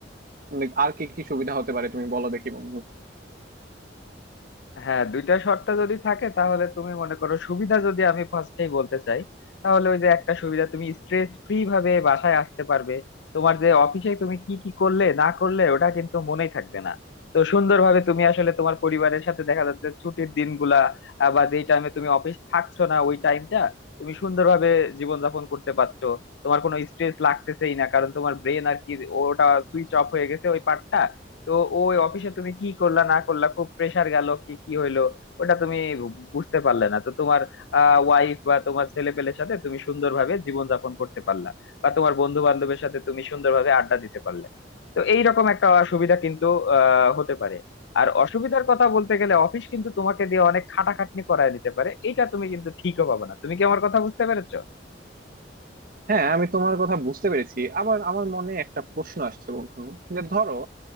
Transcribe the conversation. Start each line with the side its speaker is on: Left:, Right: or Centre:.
Right: উম, আর কি কি সুবিধা হতে পারে তুমি বলো দেখি বন্ধু
Left: হ্যাঁ দুইটা শর্ত যদি থাকে তাহলে তুমি মনে করো সুবিধা যদি আমি ফার্স্টেই বলতে চাই তাহলে ওই যে একটা সুবিধা তুমি স্ট্রেস ফ্রি ভাবে বাসায় আসতে পারবে তোমার যে অফিসে তুমি কি কি করলে না করলে ওটা কিন্তু মনেই থাকবে না তো সুন্দরভাবে তুমি আসলে তোমার পরিবারের সাথে দেখা যাচ্ছে ছুটির দিনগুলা আহ, বা যেই টাইমে তুমি অফিস থাকছো না ওই টাইমটা তুমি সুন্দরভাবে জীবনযাপন করতে পারছো তোমার কোনো স্ট্রেস লাগতেছেই না কারণ তোমার ব্রেন আর কি ওটা সুইচ অফ হয়ে গেছে ওই পার্টটা তো ওই অফিসে তুমি কি করলা না করলা খুব প্রেসার গেল কি কি হইলো ওটা তুমি বুঝতে পারলে না তো তোমার আহ ওয়াইফ বা তোমার ছেলে পেলের সাথে তুমি সুন্দরভাবে জীবনযাপন করতে পারলা বা তোমার বন্ধু বান্ধবের সাথে তুমি সুন্দরভাবে আড্ডা দিতে পারলে তো এইরকম একটা অসুবিধা কিন্তু আহ হতে পারে আর অসুবিধার কথা বলতে গেলে অফিস কিন্তু তোমাকে দিয়ে অনেক খাটাখাটনি করায় দিতে পারে এটা তুমি কিন্তু ঠিকও পাবে না তুমি কি আমার কথা বুঝতে পেরেছো
Right: হ্যাঁ আমি তোমার কথা বুঝতে পেরেছি আবার আমার মনে একটা প্রশ্ন আসছে বন্ধু যে ধরো